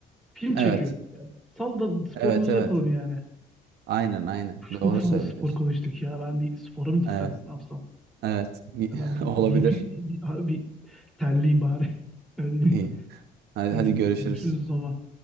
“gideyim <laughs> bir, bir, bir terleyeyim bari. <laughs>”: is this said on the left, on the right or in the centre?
Centre